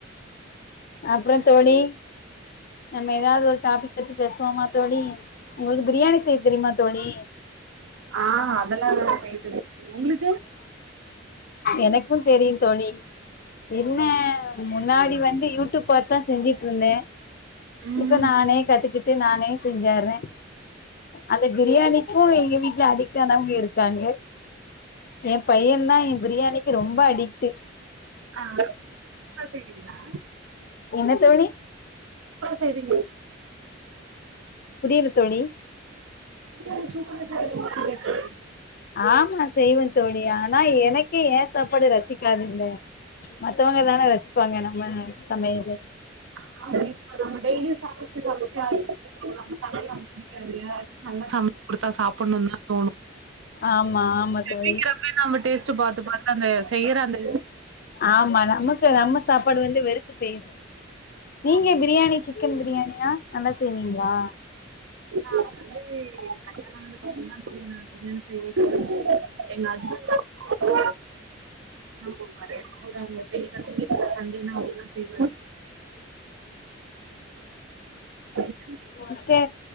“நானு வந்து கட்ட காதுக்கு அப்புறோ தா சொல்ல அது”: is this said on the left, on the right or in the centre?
Right